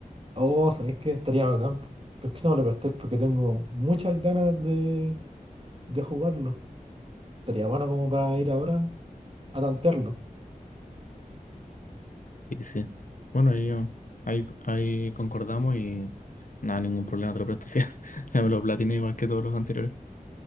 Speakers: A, on the right; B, on the left.
A: Oh, ¿sabéis qué? Estaría bacán. po. Pero es que no me lo prestéis porque tengo muchas ganas de, de jugarlo. Estaría bueno como para ir ahora a tantearlo.
B: Y sí. Bueno, ahí, yo- ahí, ahí concordamos y nada, ningún problema, te lo presto. Sí, <laughs> ya me lo platiné igual que todos los anteriores.